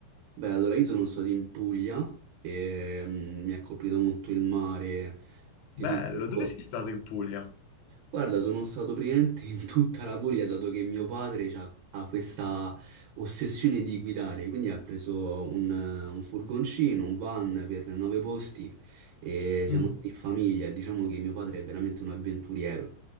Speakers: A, on the right; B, on the left.
A: Beh, allora io sono stato in Puglia e mm, mi ha colpito molto il mare. Ti
B: Bello,
A: dico,
B: dove sei stato in Puglia?
A: Guarda, sono stato praticamente in tutta la Puglia, dato che mio padre c'ha- ha questa ossessione di guidare, quindi ha preso un, un furgoncino, un van per nove posti e siamo
B: Mm,
A: andati in famiglia. Diciamo che mio padre è veramente un avventuriero.